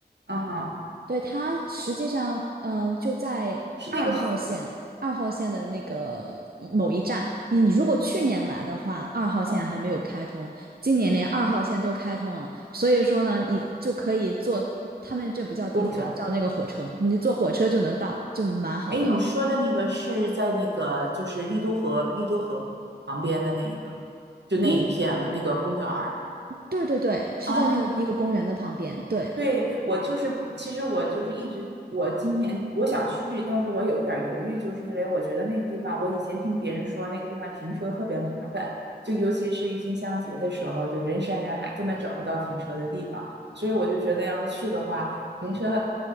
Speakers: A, on the right (about 85°); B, on the right (about 60°).
A: 啊哈，
B: 对，它实际上，嗯、就在二号线，
A: 是那个河，
B: 二号线的那个某一站。你你如果去年来的话，二号线还没有开通，
A: 嗯，
B: 今年连二号线都开通了，
A: 嗯
B: 所以说呢，你就可以坐，他们这不叫地铁啊，
A: 公交。
B: 叫那个火车，你就坐火车就能到，就蛮好的。
A: 哎，你说的那个是在那个就是丽都河丽都河旁边的那一个，就那一片嘛，
B: 因，
A: 那个公园儿
B: 对对对，是在那个一个公园的旁边，
A: 啊。
B: 对。
A: 对，我就是，其实我就是一直，我今天我想去，但是我有一点儿犹豫，就是因为我觉得那个地方，我以前听别人说那个地方停车特别麻烦，就尤其是郁金香节的时候，就人山人海，根本找不到停车的地方，所以我就觉得要是去的话，停车